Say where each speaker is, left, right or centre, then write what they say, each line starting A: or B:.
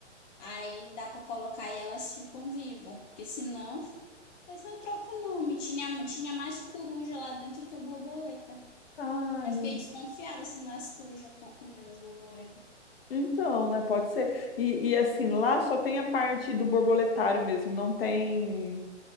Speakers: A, on the left (about 35°); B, on the left (about 50°).
A: Aí dá pra colocar e elas ficam vivas. Porque senão, mas não troca o nome. Tinha, tinha mais coruja lá dentro do que borboleta.
B: Ah,
A: Aí
B: meu.
A: eu fiquei desconfiada se não é as corujas que estão comendo as borboletas.
B: Então, né? Pode ser. E, e, assim, lá só tem a parte do borboletário mesmo, não tem